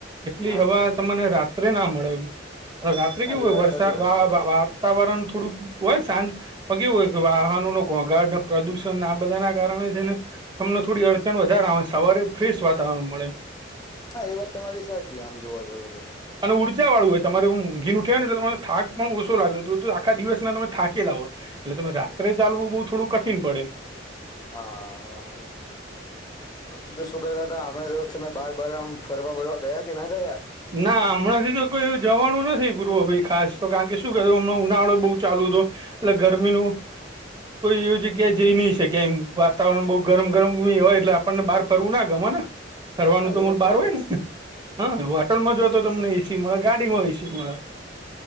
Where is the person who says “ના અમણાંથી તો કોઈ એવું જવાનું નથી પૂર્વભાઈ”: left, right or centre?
Right